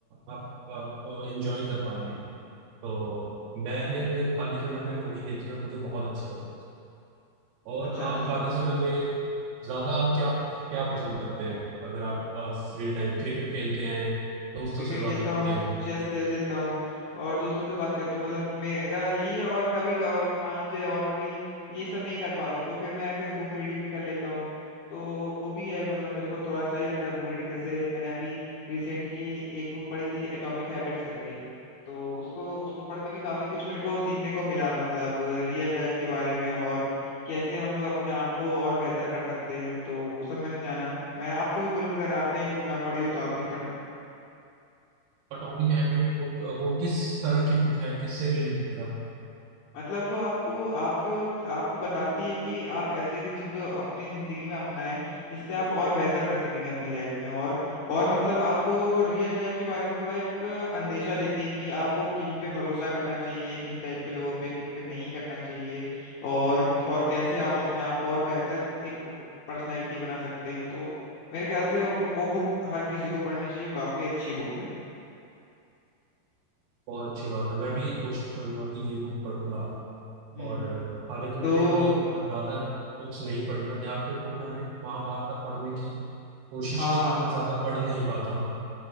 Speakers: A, on the right; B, on the left.
A: आप आप एंजॉय कर पाएंगे तो मैंने अपने खाली समय में वही देखी और मुझे बहुत अच्छी लगी और
B: अच्छा
A: आप
B: अच्छा
A: खाली समय में ज्यादा आप क्या क्या पसंद करते हैं अगर आप फ्री टाइम में क्रिकेट खेलते हैं दोस्तों
B: क्रिकेट
A: से
B: खेलता
A: बात करते
B: हूँ
A: हैं
B: चेस खेल लेता हूँ और दोस्तों से बात करता हूँ मतलब मेरा यही है और कभी का और मान लीजिए और भी ये सब नहीं कर पा रहा हूँ तो फिर मैं फिर बुक रीडिंग भी कर लेता हूँ तो वो भी है मतलब मेरे को थोड़ा सही लगता है बुक रीडिंग जैसे मैंने अभी रिसेंटली एक बुक पढ़ी थी एटॉमिक हैबिट्स करके तो उसको उसको पढ़ के भी काफी कुछ मेरे को सीखने को मिला मतलब रियल लाइफ के बारे में और कैसे हम लोग अपने आप को और बेहतर कर सकते हैं तो वो सब मैंने जाना मैं आपको भी बोलूंगा अगर आपने ये बुक ना पढ़ी हो तो आप भी पढ़ें
A: एटॉमिक हैबिट बुक वो किस तरह की बुक है किससे रिलेटेड है
B: मतलब वो आपको आपको आपको बताती है कि आप ऐसी ऐसी चीजों अपनी जिंदगी में अपनाएं जिससे आप और बेहतर कर सकेंगे अपनी लाइफ में और और मतलब आपको रियल लाइफ के बारे में थोड़ा एक अंदेशा देती है कि आपको किन पे भरोसा करना चाहिए किन टाइप के लोगों पे किन पे नहीं करना चाहिए और और कैसे आप अपने आप को और बेहतर एक पर्सनैलिटी बना सकते हैं तो मेरे ख्याल से वो, वो बुक हर किसी को पढ़नी चाहिए वो काफी अच्छी बुक है
A: बहुत अच्छी बात है मैं भी कोशिश करूंगा कि ये बुक पढ़ूंगा
B: हम्म
A: और
B: हम्म।
A: अ, हालांकि मैंने
B: तो
A: कभी अ, ज्यादा बुक्स नहीं पढ़ी अध्यात्म बुक मैंने महाभारत तक पढ़ने की कोशिश
B: हाँ
A: की
B: हाँ
A: पर मैं ज्यादा पढ़ नहीं पाता हूँ